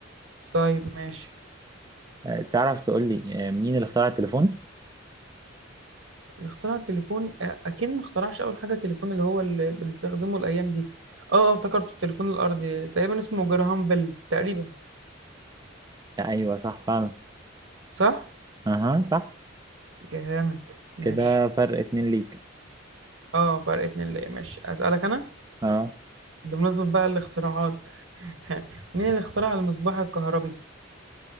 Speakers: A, on the right; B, on the right.
A: طيب ماشي
B: آه، تعرف تقول لي آه، مين اللي اخترع التليفون
A: اللي اخترع التليفون آه، اكيد ما اخترعش اول حاجه التليفون اللي هو اللي بنستخدمه الايام دي اه اه افتكرت التليفون الارضي تقريبا اسمه جراهام بيل تقريبا
B: لا، ايوه صح فعلا
A: صح
B: اها صح
A: جامد ماشي
B: كده فرق اتنين ليك
A: اه فرق اتنين ليا ماشي اسالك انا
B: اه
A: بمناسبه بقى الاختراعات <laughs> مين اللي اخترع المصباح الكهربي